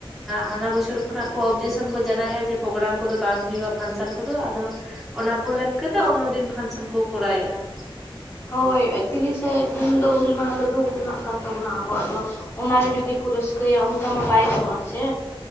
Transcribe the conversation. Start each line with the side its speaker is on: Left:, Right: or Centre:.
Centre: ᱦᱟᱱᱟ ᱵᱚᱪᱷᱚᱨ ᱠᱷᱚᱱᱟᱜ ᱠᱚ ᱚᱵᱡᱮᱠᱥᱚᱱ ᱠᱚ ᱡᱟᱱᱟᱭᱮᱜᱼᱟ ᱡᱮ ᱯᱨᱳᱜᱨᱟᱢ ᱠᱚᱫᱚ ᱵᱟᱝ ᱦᱩᱭᱩᱜᱼᱟ ᱯᱷᱟᱱᱥᱮᱱ ᱠᱚᱫᱚ ᱟᱫᱚ ᱚᱱᱟ ᱩᱯᱚᱞᱮᱠ ᱠᱟᱛᱮ ᱚᱱᱱᱚᱫᱤᱱ ᱯᱷᱟᱱᱥᱚᱱ ᱠᱚ ᱠᱚᱨᱟᱭᱮᱜᱼᱟ ᱾
Left: ᱦᱳᱭ ᱛᱤᱨᱤᱥᱮ ᱡᱩᱱ ᱫᱚ ᱦᱩᱞ ᱢᱟᱦᱟ ᱫᱚ ᱫᱩᱠ ᱨᱮᱱᱟᱜ ᱠᱟᱱ ᱛᱟᱵᱚᱱᱟ ᱟᱵᱚᱣᱟᱜ ᱫᱚ, ᱚᱱᱟᱨᱮ ᱡᱩᱫᱤ ᱠᱚ ᱨᱟᱹᱥᱠᱟᱹᱭᱟ ᱚᱱᱠᱟ ᱢᱟ ᱵᱟᱭ ᱜᱟᱱᱚᱜᱼᱟ ᱥᱮ᱾